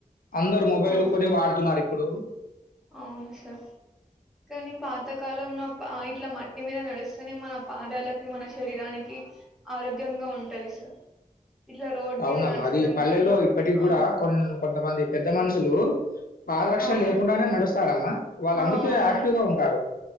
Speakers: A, on the left (about 85°); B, in the centre.
A: అందరు మొబైల్
B: ఆ
A: కొని వాడుతున్నారు ఇప్పుడు
B: అవును సార్, కానీ పాతకాలంలో ఇట్లా మట్టి మీద నడిస్తేనే మన పాదాలకి మన శరీరానికి ఆరోగ్యంగా ఉంటది సార్. ఇట్లా రోడ్
A: అవునా
B: మీద నడచడం
A: మాది పల్లెలో
B: కన్నా
A: ఇప్పటికి
B: ఆ
A: కూడా కొన్ కొంతమంది పెద్ద మనుషులు పాదరక్షణ
B: అవును
A: లేకుండానే నడుస్తు స్తారన్న వాళ్ళందుకే
B: ఆ అవును
A: యాక్టివ్ గా ఉంటారు.